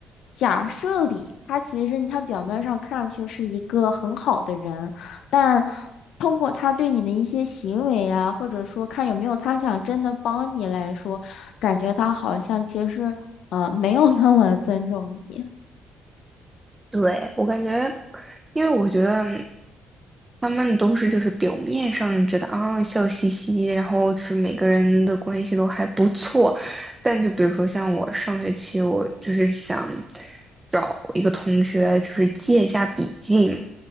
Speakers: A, on the left; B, on the right.
A: 假设里，他其实他表面上看上去是一个很好的人，但通过他对你的一些行为啊，或者说看有没有他想真的帮你来说，感觉他好像其实。呃，没有那么尊重你。
B: 对，我感觉，因为我觉得他们都是就是表面上觉得啊笑嘻嘻，然后就是每个人的关系都还不错，但就比如说像我上学期，我就是想找一个同学就是借一下笔记嘛，